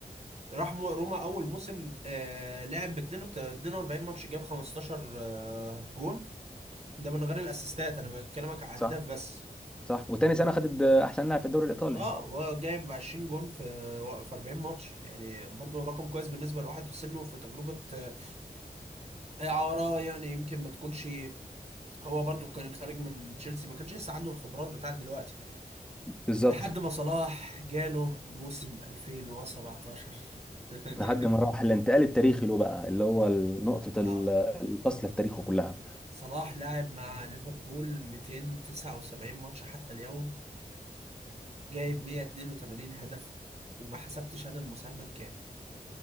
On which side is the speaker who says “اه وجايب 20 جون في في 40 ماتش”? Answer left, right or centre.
Right